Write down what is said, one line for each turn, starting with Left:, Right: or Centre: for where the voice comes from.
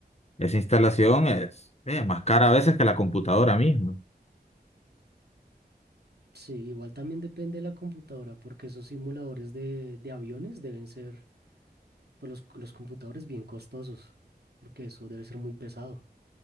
Left: esa instalación es, es más cara a veces que la computadora misma.
Right: Sí, igual también depende de la computadora, porque esos simuladores de, de aviones deben ser Pues los, los computadores bien costosos, porque eso debe ser muy pesado.